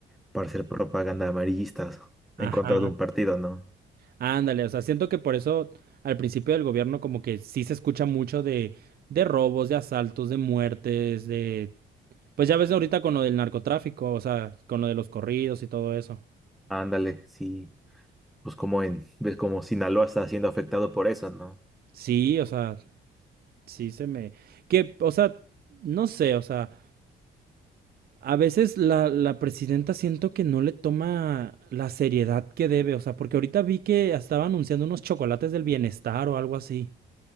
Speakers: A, in the centre; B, on the right.
A: para hacer propaganda amarillistas
B: Ajá,
A: en contra de un partido, ¿no?
B: ándale, o sea, siento que por eso al principio del gobierno como que sí se escucha mucho de, de robos, de asaltos, de muertes, de... Pues ya ves ahorita con lo del narcotráfico, o sea, con lo de los corridos y todo eso.
A: Ándale, sí, pues como en, ves como Sinaloa está siendo afectado por eso, ¿no?
B: Sí, o sea, sí se me... Que, o sea, no sé, o sea... A veces la, la presidenta siento que no le toma la seriedad que debe, o sea, porque ahorita vi que estaba anunciando unos chocolates del bienestar o algo así.